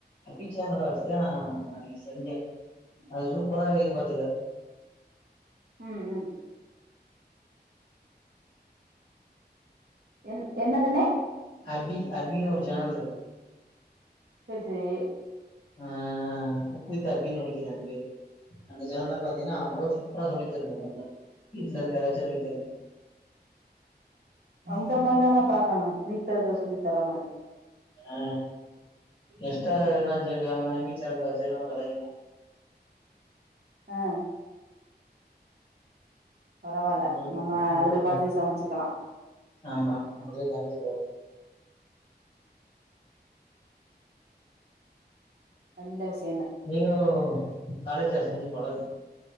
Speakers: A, on the left (about 30°); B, on the right (about 65°).
A: அபி சேனலா வச்சு தா நா அது செஞ்சே அது சூப்பரா இது பாத்துக்க
B: ம் ம் என் என்னதுன்னே
A: அபி அபினு ஒரு சேனல் இருக்கு
B: செரி செரி
A: அ குக்கு வித் அபின்னு நெனைக்கிறே அது பேரு அந்த சேனல்ல பாத்தீன்னா அவ்ளோ சூப்பரா சொல்லி தருதுங்க நம்பளா வீட்டுல இருக்கற எதச்சு சொல்லி தருது
B: அந்த மாரிதானே பாக்கனு வீட்ல இருக்க சொல்லி தர மாரி
A: அ கெஸ்ட்டா
B: ம்
A: எதுனா சேந்தாமாரி செர்ங்க செய்றவங்கள கலாய்க்கிங்லா
B: ஆ பரவால்ல
A: ம்
B: நம்ம
A: ம்.
B: அதுல பாத்தே சமைச்சுக்கலா
A: ஆமா அப்படிதா சமைச்சுக்கிறது
B: நல்ல விஷ்
A: நீயு காலேஜில செஞ்சி பழகு